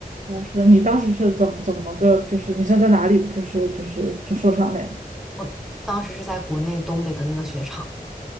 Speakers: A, on the right; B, in the centre.
A: 哦，那你当时是怎么怎么个，就是你是在哪里，就是就是就受伤了呀？
B: 我当时是在国内东北的那个雪场，